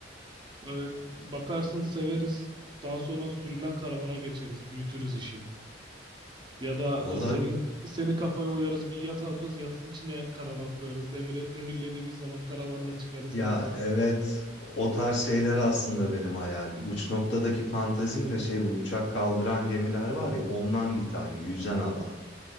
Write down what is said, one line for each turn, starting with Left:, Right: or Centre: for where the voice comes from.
Right: Evet, bakarsın severiz. Daha sonra sürülen karavana geçeriz, büyütürüz işi. Ya da
Left: Vallahi
Right: e, senin senin kafaya uyarız bir yat alırız. Yatın içine karavan koyarız. Demiri, demirlediğimiz zaman karavanla çıkarız
Left: ya
Right: yattan.
Left: evet o tarz şeyler aslında benim hayalim. Uç noktadaki fantazim de şey bu uçak kaldıran gemiler var ya ondan bir tane yüzen adam.